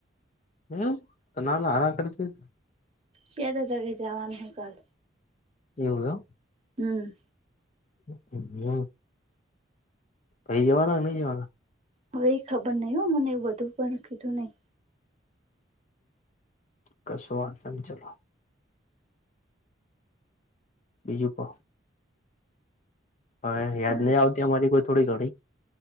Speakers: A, on the left (about 40°); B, on the right (about 35°).
A: એમ, તો ના ના હારા કળતી.
B: ક્યારે તગે જવાનું હે કાલ.
A: એવું એમ?
B: હમ્મ.
A: હમ્મ. ભઈ જવાના કે નઈ જવાના?
B: હવે એ ખબર નઈ હો મને એવું બધું, પણ કીધું નઈ.
A: કશું વાંધો ની ચલો. બીજું કો? હવે યાદ
B: અમે
A: નહી આવતી અમારી કોઈ થોડી ઘણી?